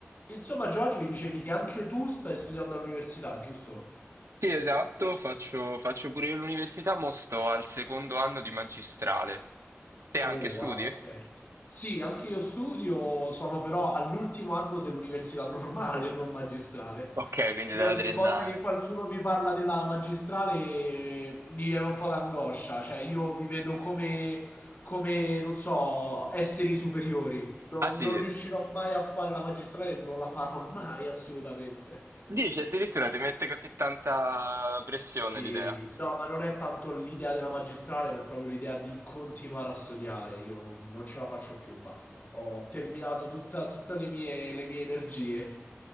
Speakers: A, on the left; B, on the right.
A: Insomma, Giovanni, mi dicevi che anche tu stai studiando all'università, giusto?
B: Sì, esatto, faccio, faccio pure io l'università, mo sto al secondo anno di magistrale. Te
A: Oh,
B: anche studi?
A: wow, ok. Sì, anche io studio, sono però all'ultimo anno dell'università normale, non magistrale.
B: Ok, quindi
A: Io
B: della
A: ogni
B: triennale.
A: volta che qualcuno mi parla della magistrale eh, mi viene un po' d'angoscia, cioè io vi vedo come, come, non so, esseri superiori. Non,
B: Ah sì,
A: non riuscirò mai a fare la magistrale e non la farò mai, assolutamente.
B: dici addirittura ti mette così tanta pressione
A: Sì,
B: l'idea.
A: no, ma non è tanto l'idea della magistrale, ma è proprio l'idea di continuare a studiare. Io non, non ce la faccio più, basta. Ho terminato tutta- tutte le mie, le mie energie.